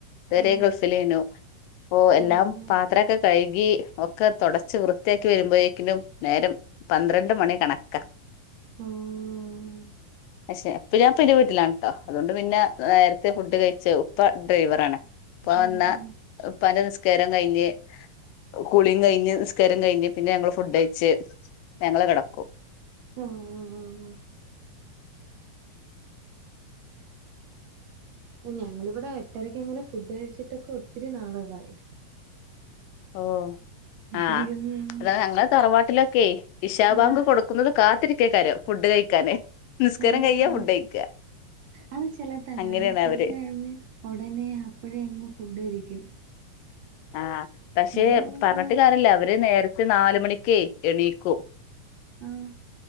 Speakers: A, on the left; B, on the right.
A: ഇതെരെ
B: ഓ
A: ഗൾഫിലേനു ഇപ്പൊഎല്ലാം
B: ഓ ഓ
A: പാത്രെക്കെ കഴുകി. ഒക്കെ തൊടച്ച് വൃത്തിയാക്കി വരുമ്പഴേക്കിനും നേരം പന്ത്രണ്ട് മണി കണക്ക
B: ഉം
A: ച്ചെ എപ്പൊ ഞാൻ പ്പ ഇന്റെ വീട്ടിലാണ് ട്ടോ അതുകൊണ്ട് പിന്നെ നേരത്തെ ഫുഡ് കഴിച്ച ഉപ്പ ഡ്രൈവറാണ്. ഉപ്പ
B: ആ
A: വന്നാ
B: ആ
A: ഉപ്പാന്റെ നിസ് നിസ്‌കാരം കഴിഞ്ഞ് കുളീം കഴിഞ്ഞ് നിസ്‌കാരം കഴിഞ്ഞ് പിന്നെ ഞങ്ങള് ഫുഡ്ഴിച്ച് ഞങ്ങള്കടക്കും.
B: ഉം ഉം ഉം ഞങ്ങളിവിടെ എട്ടരക്ക് എങ്ങനെ ഫുഡ് കഴിച്ചിട്ടൊക്കൊ ഒത്തിരി നാളുകളായി.
A: ഓഹ്
B: എട്ടരക്കൊന്നും
A: ആഹ് അതാ ഞങ്ങള് തറവാട്ടില് ക്കെ ഇഷാബാങ്ക്
B: ആ
A: കൊടുക്കുന്നത് കാത്തിരി ക്കേകാരം ഫുഡ് കഴിക്കാന്. നിസ്കാരം
B: ഓഹ്
A: കഴിയാ ഫുഡ് കഴിക്കാ
B: അത് ചിലട്ത്ത് അങ്ങനെ
A: അങ്ങനെയാണ്
B: നിസ്കരിച്ച്
A: അവര്
B: കഴിഞ്ഞ് ഉടനെ അപ്പഴേ അങ് ഫുഡ്കഴിക്കും.
A: ആഹ് പക്ഷെ
B: ഞങ്ങളിവിടുന്ന്
A: പർഞ്ഞിട്ട് കാര്യല്ല അവര് നേര ത്തെ നാലുമണിക്കേ എണീക്കും.
B: ആഹ്